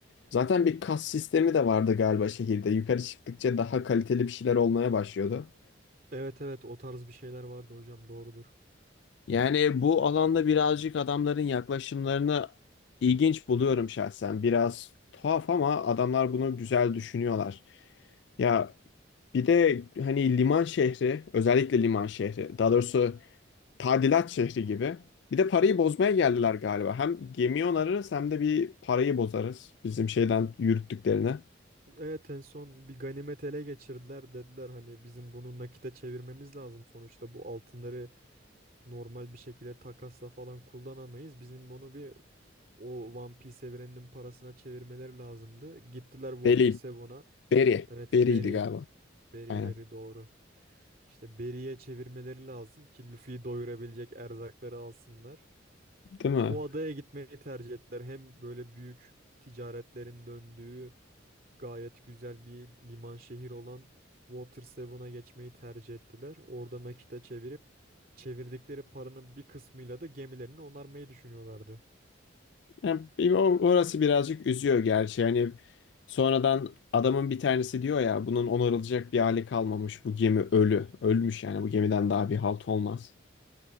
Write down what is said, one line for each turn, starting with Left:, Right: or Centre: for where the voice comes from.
Left: Zaten bir kas sistemi de vardı galiba şehirde. Yukarı çıktıkça daha kaliteli bir şeyler olmaya başlıyordu.
Right: Evet evet o tarz bir şeyler vardı hocam doğrudur.
Left: Yani bu alanda birazcık adamların yaklaşımlarını ilginç buluyorum şahsen. Biraz tuhaf ama adamlar bunu güzel düşünüyorlar. Ya bir de hani liman şehri, özellikle liman şehri, daha doğrusu tadilat şehri gibi. Bir de parayı bozmaya geldiler galiba. Hem gemi onarırız hem de bir parayı bozarız bizim şeyden yürüttüklerine.
Right: Evet en son bir ganimet ele geçirdiler dediler hani bizim bunu nakite çevirmemiz lazım sonuçta bu altınları normal bir şekilde takasla falan kullanamayız. Bizim bunu bir O One Piece evreninin parasına çevirmeleri lazımdı. Gittiler Water
Left: Beri,
Right: Seven'a.
Left: Beri,
Right: Evet
Left: Beri'ydi
Right: Berry.
Left: galiba.
Right: Berry
Left: Aynen.
Right: Berry doğru. İşte Berry'e çevirmeleri lazım ki Luffy'yi doyurabilecek erzakları alsınlar.
Left: Değil mi?
Right: O adaya gitmeyi tercih ettiler. Hem böyle büyük ticaretlerin döndüğü gayet güzel bir liman şehir olan Water Seven'a geçmeyi tercih ettiler. Orada nakite çevirip çevirdikleri paranın bir kısmıyla da gemilerini onarmayı düşünüyorlardı.
Left: Yani bir- o- orası birazcık üzüyor gerçi. Yani sonradan adamın bir tanesi diyor ya bunun onarılacak bir hali kalmamış. Bu gemi ölü. Ölmüş yani bu gemiden daha bir halt olmaz.